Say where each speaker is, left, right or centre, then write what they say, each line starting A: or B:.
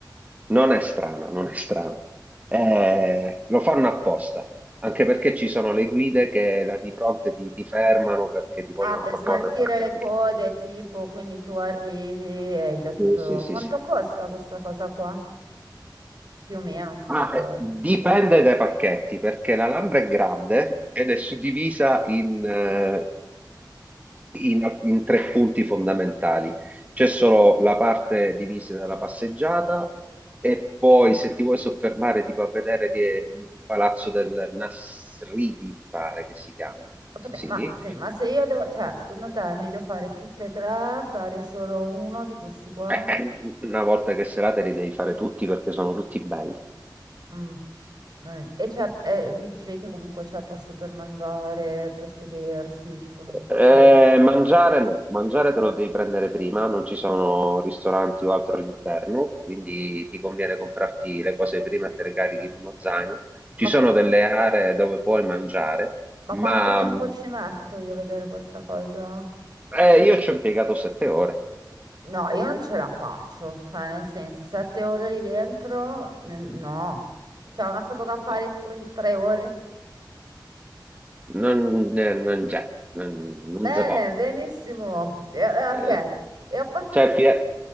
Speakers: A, on the right; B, on the right.
A: non è strana, non è strana. Eh, lo fanno apposta, anche perché ci sono le guide che là di fronte ti, ti fermano perché ti vogliono
B: Ah, per
A: proporre
B: smaltire
A: pacchetti.
B: le code, tipo, quindi tu arrivi e hai già tutto.
A: Sì, sì, sì.
B: Quanto
A: sì.
B: costa questa cosa qua? Più o meno, se
A: Ma
B: ti ricordi.
A: eh, dipende dai pacchetti, perché la Lambra è grande ed è suddivisa in, eh, in, alc- in tre punti fondamentali. C'è solo la parte divisa dalla passeggiata e poi se ti vuoi soffermare tipo a vedere lì è un- il palazzo del Nasridi, mi pare che si chiami.
B: Ho capito,
A: Sì,
B: ma se, ma se io devo, cioè, secondo te è meglio fare tutte e tre, fare solo uno di questi qua?
A: Eh, eh, una volta che serate li devi fare tutti perché sono tutti belli.
B: Mm. Eh, E c'è, eh, mi dicevi che comunque c'è posto per mangiare, per sedersi, ci sono,
A: Eh,
B: cioè.
A: mangiare no, mangiare te lo devi prendere prima, non ci sono ristoranti o altro all'interno, quindi ti conviene comprarti le cose prima e te le carichi in uno zaino. Ci
B: Ma,
A: sono
B: qua-
A: delle aree dove puoi mangiare,
B: ma
A: ma
B: quanto tempo
A: mh,
B: ci metto io a vedere questa cosa?
A: eh, io ci ho impiegato sette ore.
B: No, io non ce la faccio, cioè nel senso, sette ore lì dentro, n- no. C'è una cosa da fare
A: Eh,
B: tipo in tre ore?
A: Non, eh, non c'è, non, non
B: Bene,
A: si può.
B: benissimo. E- eh,
A: Eh.
B: ok, e a parte
A: C'è
B: questa...
A: il fia-